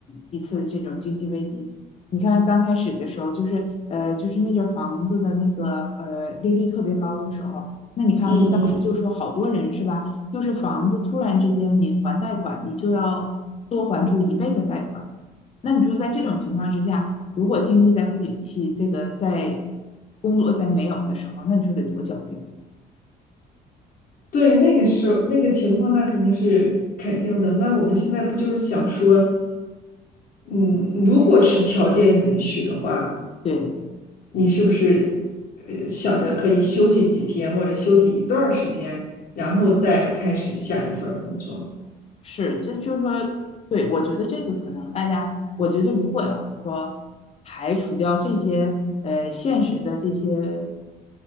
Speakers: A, on the left; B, on the left.
A: 一次这种经济危机，你看刚开始的时候，就是呃，就是那阵儿房子的那个呃利率特别高的时候，那你看当时就说好多人是吧，
B: 嗯嗯，
A: 就是房子突然之间你还贷款，你就要多还出一倍的贷款，那你说在这种情况之下，如果经济再不景气，这个在工作再没有的时候，那你说得多焦虑？
B: 对，那个时候那个情况，那肯定是肯定的。那我们现在不就是想说，嗯，如果是条件允许的话。
A: 对，
B: 你是不是呃想着可以休息几天或者休息一段时间，然后再开始下一份工作，
A: 是，这就是说，对，我觉得这个可能大家，我觉得如果要是说排除掉这些呃现实的这些